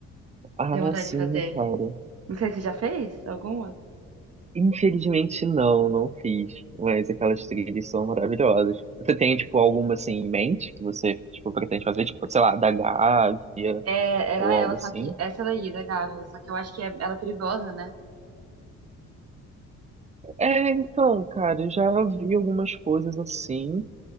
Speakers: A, on the right; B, on the right.
A: Ah,
B: Tenho vontade
A: sim,
B: de fazer.
A: cara.
B: Não sei se você já fez alguma.
A: Infelizmente, não, não fiz. Mas aquelas trilhas são maravilhosas. Você tem, tipo, alguma, assim, em mente que você, tipo, pretende fazer? Tipo, sei lá, da Gávea
B: É, era
A: ou algo
B: ela,
A: assim?
B: só que essa daí, da Gávea. Só que eu acho que é, ela é perigosa, né?
A: É, então, cara, eu já vi algumas coisas assim,